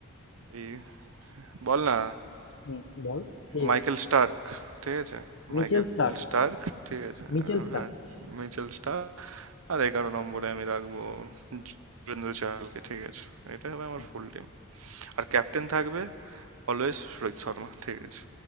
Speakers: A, on the right; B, on the left.
A: এই বল না
B: হুম, হুম, বল কে
A: মাইকেল স্টার্ক ঠিক আছে
B: Mitchell
A: মাইকেল
B: Starc
A: স্টার্ক ঠিক আছে
B: Mitchell
A: আহ,
B: Starc
A: হ্যাঁ মিচেল স্টার্ক আর এগারো নম্বরে আমি রাখবো যুবেন্দ্র চাহালকে ঠিক আছে এটাই হবে আমার
B: আচ্ছা
A: ফুল টিম আর ক্যাপ্টেন থাকবে অলওয়েজ রোহিত শর্মা ঠিক আছে